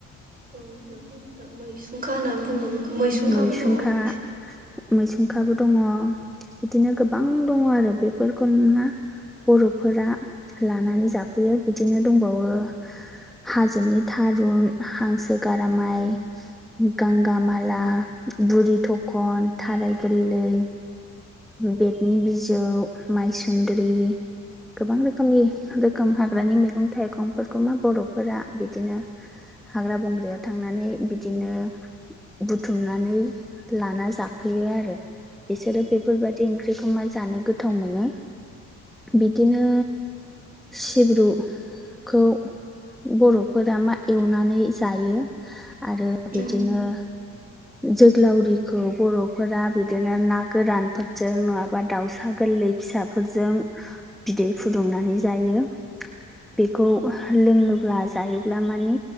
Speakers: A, on the right (about 25°); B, in the centre.
A: औ नोंगौ नोंथां मैसुंखा होननानै बुंङो बेखौ मैसुंखाबो
B: मैसुंखा
A: दंङ।
B: मैसुंखाबो दंङ बिदिनो गोबां दंङ आरो बेफोरखौ नुना बर'फोरा लानानै जाफैयो बिदिनो दंबावो हाजोनि थारुन हांसो गारामाइ गांगामाला बुरि थखन थाराय गोरलै बेदनि बिजौ माइसुन्द्रि गोबां रोखोमनि रोखोम हाग्रानि मैगं थाइगंफोरखौ मा बर'फोरा बिदिनो हाग्रा बंग्रायाव थांनानै बिदिनो बुथुमनानै लाना जाफैयो आरो बिसोरो बेफोरबायादि ओंख्रिखौ मा जानो गोथाव मोनो। बिदिनो सिब्रु खौ बर'फोरा मा एवनानै जायो। आरो
A: नों
B: बिदिनो जोग्लावरिखौ बर'फोरा बिदिनो ना गोरानफोरजों नङा बा दाउसा गोरलै फिसाफोरजों बिदै फुदुंनानै जायो। बेखौ लोंङोब्ला जायोब्ला मानि